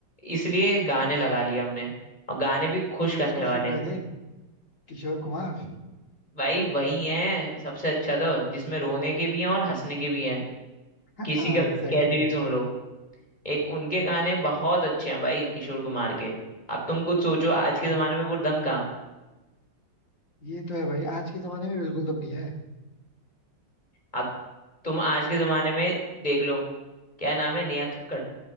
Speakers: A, on the left; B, on the left.
A: इसलिए गाने लगा लिए हमने और गाने भी खुश
B: तुम
A: करने
B: किसको
A: वाले
B: सुन रहे थे किशोर कुमार <laughs>
A: भाई वही है सबसे अच्छा तो जिसमें रोने के भी हैं और हंसने के भी हैं
B: हाँ
A: किसी का
B: एग्जैक्टली
A: कैसे भी
B: exactly.
A: सुन लो एक उनके गाने बहुत अच्छे हैं भाई किशोर कुमार के अब तुम कुछ सोचो आज के
B: तो
A: जमाने में वो दम कहाँ
B: ये तो है भाई आज के जमाने में बिल्कुल दम नहीं है
A: अब तुम आज के जमाने में देख लो क्या नाम है नेहा कक्कड़